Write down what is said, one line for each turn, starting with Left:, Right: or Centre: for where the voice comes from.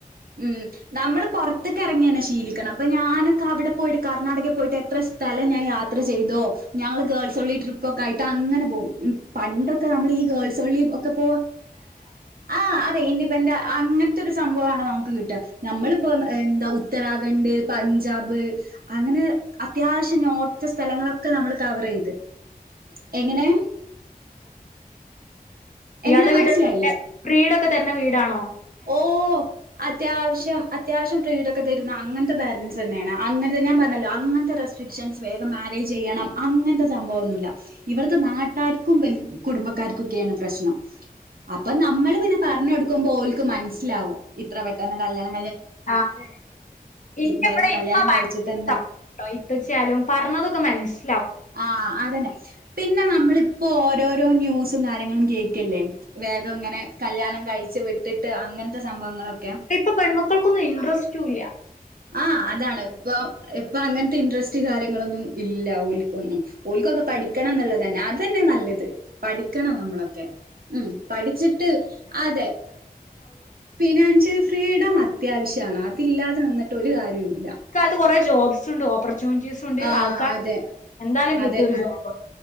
Right: ഉം നമ്മള് പുറത്ത്ക്ക് ഇറങ്ങിയനെ ഇഷ് ശീലിക്കണം അപ്പൊ ഞാനൊക്കെ അവിടെ പോയിട്ട് കർണാടകയിൽ പോയിട്ട് എത്ര സ്ഥലം ഞാൻ യാത്ര ചെയ്തോ? ഞങ്ങള് ഗേൾസ് ഒള്ളി ട്രിപ്പ് ഒക്കെ ആയിട്ട് അങ്ങനെ പോകും പണ്ടൊക്കെ നമ്മൾ ഈ ഗേൾസ് ഒള്ളി ഒക്കെ പോവാ ആ അതെ ഇൻറ്റി പെന്റ അങ്ങനത്തെ ഒരു സംഭവമാണ് നമു നമ്മളിപ്പം എന്താ ഉ ഉത്തരാഖണ്ഡ് പഞ്ചാബ് അങ്ങനെ അ അത്യാവശ്യം നോർത് സ്ഥലങ്ങളൊക്കെ നമ്മള് കവർ ചെയ്ത് എങ്ങനെ എങ്ങനെ
Left: യാടെ വട്ട
Right: മനസ്സിലായില്ല
Left: പ്രീട ക തന്നെ വീടാണോ
Right: ഓ അ അത്യാവശ്യം അത്യാവശ്യം ഫ്രീഡം ഒക്കെ തരുന്ന അങ്ങനത്തെ ബാലൻസ് തന്നെണ അങ്ങനതെ ഞാൻ പറഞ്ഞല്ലോ അങ്ങ.. റെസ്ട്രിക്ഷൻസ് വേഗം മാരേജ് ചെയ്യണം അങ്ങനത്തെ.. സംഭവം ഒന്നുമില്ല ഇവിടുത്തെ നാട്ടാർ.. <unintelligible> കുടുംബക്കാർക്കൊക്കെയാണ് പ്രശ്നം അപ്പൊ നമ്മള് പിന്നെ പറഞ്ഞു കൊടുക്കുമ്പോൽ.. മനസ്സിലാവും ഇത്ര പെട്ടെന്ന് കല്യാ..
Left: ആ അതെ എനിക്കിവിടെ
Right: വേഗം
Left: ഇമ്മ
Right: കല്യാണം
Left: <inaudible>
Right: കഴിച്ചിട്ട് എന്താ
Left: സപ്പോട്ടാ ഇപ്പച്ചാലും പറഞ്ഞതൊക്കെ മനസ്..
Right: ആ അതന്നെ പിന്നെ നമ്മളിപ്പോ ഓരോരോ ന്യൂസ്.. ഉം കാര്യങ്ങളും കേൾക്.. ല്ലേ വേഗം ഇങ്ങനെ കല്യാണം കഴിച്ച് വിട്ടിട്ട് അങ്ങനത്തെ.. സംഭവങ്ങളൊക്ക്
Left: ഇപ്പൊ പെൺ മക്കൾക്കൊന്നും ഇൻറസ്റ്റ്.. റ്റൂല..
Right: ആ അതാണ് ഇപ്പ.. ഇപ്പൊ അങ്ങനത്തെ ഇൻട്രസ്റ്റ് കാര്യങ്ങളൊന്നും ഇല്ല ഒല്.. <unintelligible> ഒല്ക്കൊക്കെ പഠിക്ക്.. ക്കണം എന്നുള്ളത് തന്നെ അതന്നെ നല്ലത്. പഠിക്കണം നമ്മളൊക്കെ ഉം പഠിച്ചിട്ട് അതെ ഫിനാൻഷ്യൽ ഫ്രീഡം.. അത്യാവശ്യമാണ് അതില്ലാതെ നിന്നട്ട് ഒരു കാര്യവും
Left: കാലത്ത് കുറെ ജോബ്സ് ഉണ്ട് ഓപ്പർ.. ച്യൂനിറ്റീസ് ഉണ്ട്
Right: ആഹ്
Left: ആൾക്കാരു
Right: അതെ
Left: എന്താലും കിട്ടും
Right: അതെ
Left: ഒരു ജോബ്.